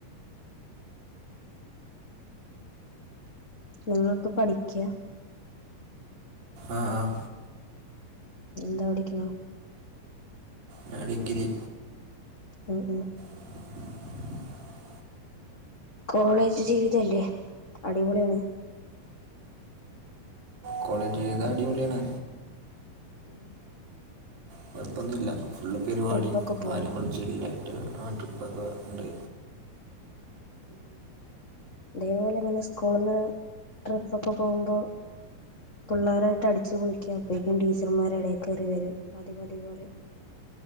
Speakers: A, on the left; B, on the right.
A: നിങ്ങളിപ്പൊ പഠിക്കിയാ
B: ആഹ് ആഹ്
A: എന്താ പഠിക്ക്ന്നേ
B: ഞാൻ ഡിഗിരി
A: ഉം ഉം
B: <inaudible>
A: കോളേജ് ജീവിതല്ലേ അടിപൊളിയാണ്
B: കോളേജ് ജീവിതാ അടിപൊളിയാണ്
A: ഉം
B: കൊഴപ്പൊന്നുല്ല ഫുള്ള് പരിവാടി
A: ട്രിപ്പൊക്കെ
B: കാര്യങ്ങള്
A: പോവോ
B: ചില്ലായിട്ട് ആഹ് ട്രിപ്പൊക്കെ ഇണ്ട്
A: ഉം തേപോലെ ഇങ്ങനെ സ്കൂള്ന്ന് ട്രിപ്പൊക്കെ പോവുമ്പോ പിള്ളോരായിട്ട് അടിച്ച് പൊളിക്ക അപ്പഴേക്കും ടീച്ചർമാര് എടേ കേറി വരും മതി മതി പറിം